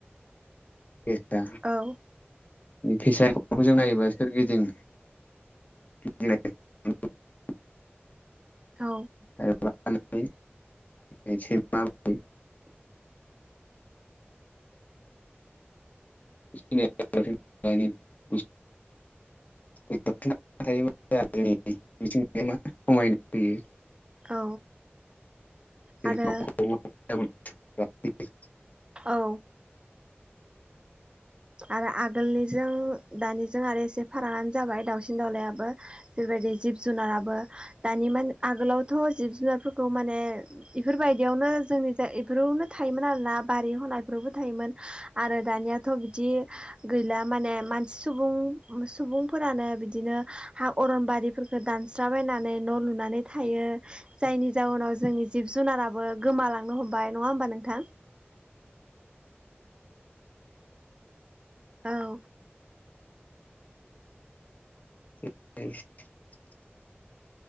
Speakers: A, on the left; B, on the right.
A: फैसा
B: औ औ
A: फैसाखौ जों नायोबा सोरगिदिं <unintelligible>
B: औ।
A: <unintelligible> <unintelligible> <unintelligible>
B: औ
A: नोंथां।
B: आरो।
A: <unintelligible>
B: औ। आरो आगोलनिजों दानिजों आरो एसे फारागानो जाबाय दाउसिन दाउलायाबो जिब जुनाराबो दानि आगोलावथ' जिब जुनारफोरखौ माने इफोरबायदि आव इफोरावनो जोंनि जाय इफोरावनो थायोमोन आरो ना बारियाव होनाय फोरावबो थायोमोन आरो दानियाथ' बिद बिदि गैला माने मानसि सुबुंफोरानो बिदिनो हा अरन आरिफोरखौ दाननानै न' लुनानै थायो जायनि जाउनाव जोंनि जिब जुनाराबो गोमालांनो हमबाय नङा होमबा नोंथां। औ।
A: <unintelligible>